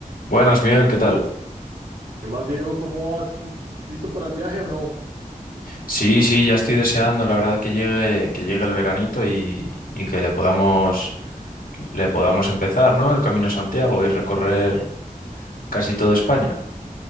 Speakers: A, on the left (about 80°); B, on the right (about 85°).
A: Buenas, Miguel, ¿qué tal?
B: ¿Qué más, Diego? ¿Cómo vas? ¿Listo para el viaje o no?
A: Sí, sí, ya estoy deseando, la verdad, que llegue, que llegue el veranito y, y que le podamos, le podamos empezar, ¿no? El Camino a Santiago y recorrer casi toda España.